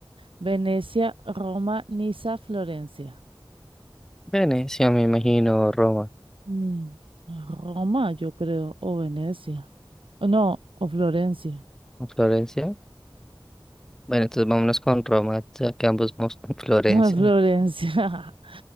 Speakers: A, on the right; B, in the centre.
A: Venecia, Roma, Niza, Florencia.
B: Venecia, me imagino, Roma.
A: Mm, Roma, yo creo, o Venecia. O No, o Florencia.
B: ¿O Florencia? Bueno, entonces vámonos con Roma, ya que ambos vamos con Florencia.
A: <laughs> Florencia. <laughs>